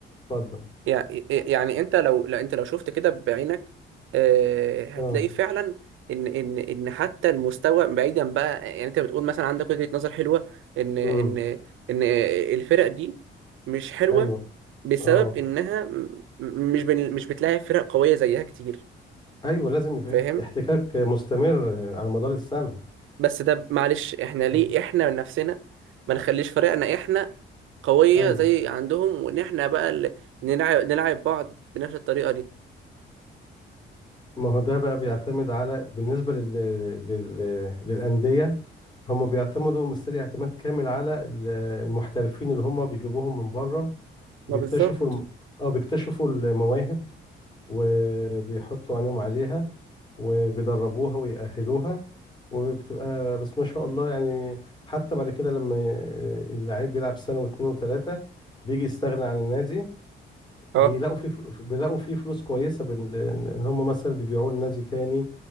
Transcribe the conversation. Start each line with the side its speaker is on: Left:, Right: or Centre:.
Left: اتفضل
Right: يع- يعني انت لو لا انت لو شفت كده بعينك آه، هتلاقي
Left: اه
Right: فعلا ان ان ان حتى المستوى بعيدا بقى يعني انت بتقول مثلا عندك وجهة نظر حلوة ان ان
Left: امم
Right: ان الفرق دي مش حلوة
Left: ايوه
Right: بسبب
Left: اه
Right: انها م- مش بن مش بتلاقي فرق قوية زيها كتير
Left: ايوه لازم يبقى
Right: فاهم
Left: في احت- احتكاك مستمر على مدار السنه
Right: بس ده معلش احنا ليه
Left: آه.
Right: احنا من نفسنا ما نخليش فرقنا احنا قوية
Left: ايوه
Right: زي عندهم وان احنا بقى اللي نلعب نلعب بعض بنفس الطريقة دي
Left: ما هو ده بقى بيعتمد
Right: فاهم
Left: على بالنسبة لل... لل... للأندية هم بيعتمدوا مستري اعتماد كامل على ال- المحترفين اللي هم بيجيبوهم من بره بيكتشفوا
Right: ما بالظبط
Left: الم... اه بيكتشفوا المواهب وبيحطوا عينهم عليها وبيدربوها ويأهلوها وبتبقى بس ما شاء الله يعني حتى بعد كده لما ي- اللعيب بيلعب سنة واتنين وتلاتة بيجي يستغنى عن النادي بيلاقوا
Right: اه
Left: فيه فلو... بيلاقوا فيه فلوس كويسة بال... ان هم مثلا بيبيعوه لنادي تاني